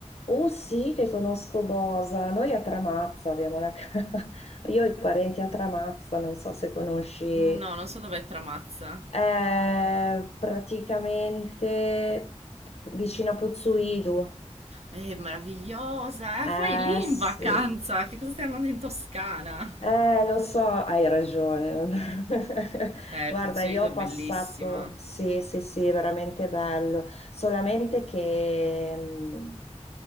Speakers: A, on the left; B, on the right.
A: Oh sì, che conosco Bosa. Noi a Tramazza abbiamo la casa. <laughs> Io ho i parenti a Tramazza, non so se conosci.
B: No, non so dov'è Tramazza.
A: È praticamente vicino a Puzzuidu.
B: Eh, meravigliosa, eh,
A: Eh
B: vai lì
A: sì.
B: in vacanza, che cosa stai andando in Toscana?
A: Eh, lo so, hai ragione. non- <laughs>
B: Eh,
A: Guarda,
B: Pozzoido
A: io
B: è
A: ho passato,
B: bellissima.
A: sì, sì, sì, è veramente bello, solamente che, mm,